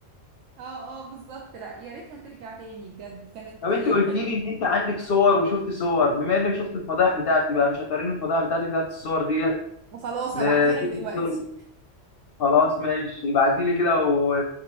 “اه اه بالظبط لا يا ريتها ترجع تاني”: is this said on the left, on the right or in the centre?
Right